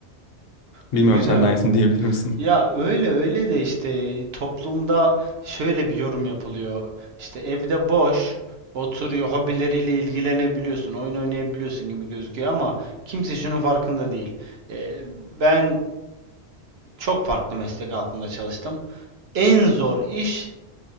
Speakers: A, on the left; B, on the right.
A: Bilmiyorum
B: Güzel.
A: sen de aynısını <laughs> diyebilir misin?
B: Ya öyle öyle de işte toplumda şöyle bir yorum yapılıyor. İşte evde boş oturuyor, hobileriyle ilgilenebiliyorsun, oyun oynayabiliyorsun gibi gözüküyor ama kimse şunun farkında değil. Ee, ben çok farklı meslek altında çalıştım. En zor iş